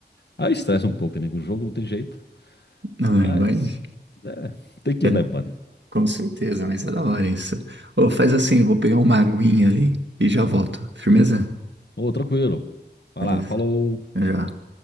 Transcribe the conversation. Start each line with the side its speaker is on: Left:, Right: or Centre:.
Left: Aí estressa um pouco também com o jogo, não tem jeito.
Right: Ah,
Left: Mas,
Right: imagina.
Left: é, tem que
Right: É,
Left: ir levando.
Right: com certeza, mas é da hora isso. Ô, faz assim, eu vou pegar uma aguinha ali e já volto. Firmeza?
Left: Ô, tranquilo. Vai
Right: Beleza.
Left: lá, falou.
Right: Já.